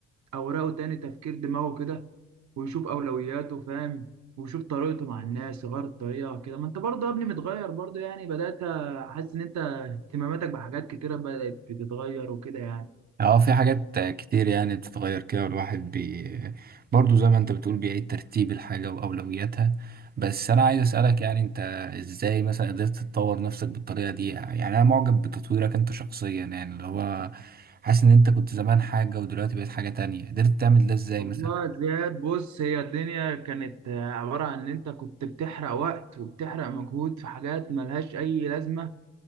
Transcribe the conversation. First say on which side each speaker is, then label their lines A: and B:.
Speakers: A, on the right; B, on the right.
A: اوراقه تاني تفكير دماغه كده ويشوف اولوياته فاهم ويشوف طريقته مع الناس يغير الطريقه كده ما انت برضه يا ابني متغير برضه يعني بدات احس ان انت اهتماماتك بحاجات كتيره بدات بتتغير وكده يعني
B: اه في حاجات كتير يعني بتتغير كده والواحد بي برضه زي ما انت بتقول بيعيد ترتيب الحاجة وأولوياتها بس أنا عايز أسألك يعني انت ازاي مثلا قدرت تطور نفسك بالطريقة دي يعني أنا معجب بتطويرك انت شخصيا يعني اللي هو حاسس إن انت كنت زمان حاجة ودلوقتي بقيت حاجة تانية قدرت تعمل ده ازاي
A: والله
B: مثلا
A: زياد بص هي الدنيا كانت آه، عبارة عن إن أنت كنت بتحرق وقت وبتحرق مجهود في حاجات ملهاش أي لازمة